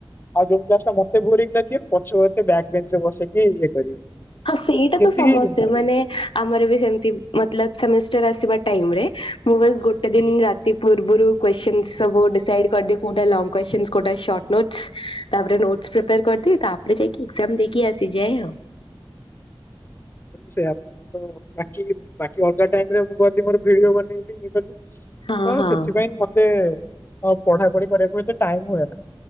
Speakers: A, on the left; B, on the left.
A: ଆଉ ଯଉ କ୍ଲାସ ଟା ମତେ ବୋରିଂ ଲାଗିବ ପଛପଟେ ବ୍ୟାକ ବେଞ୍ଚେ ରେ ବସିକି ଇଏ କରିବି।
B: ହଁ ସେଇଟା
A: ଯେତିକି
B: ତ ସମସ୍ତେ
A: ଜିନିଷ
B: ମାନେ ଆମର ବି ସେମିତି ମତଲବ ସେମଷ୍ଟର୍ ଆସିବା ଟାଇମ୍ ରେ ମୁଁ ବସ୍ ଗୋଟେ ଦିନ୍
A: ଆଜ୍ଞା
B: ରା ତି ପୂର୍ବରୁ କୋଶ୍ଚଚୀନ୍ ସବୁ ଡିସାଇଡ୍ କରିଦିଏ କୋଉଟା ଲଙ୍ଗ କୋଶ୍ଚଚୀନ୍ କୋଉଟା ସର୍ଟ ନୋଟ୍ ତାପରେ ନୋଟସ୍ ପ୍ରିପେୟାର୍ କରିଦିଏ ତାପରେ ଯାଇକି ଏକ୍ସଜାମ୍ ଦେଇକି ଆସିଯାଏ ଆଉ।
A: ସେଇ ଆପ୍ ତ ବାକି ବାକି ଅଲଗା ଟାଇମ୍ ରେ ମୁଁ ଗଲି ମୋର ଭିଡିଓ ବନେଇଲି ଇଏ କଲି।
B: ହଁ
A: ତ
B: ହଁ
A: ସେଥିପାଇଁ ମତେ ହଁ ପଢାପଢି କରିବାକୁ ଏତେ ଟାଇମ୍ ହୁଏ ନା।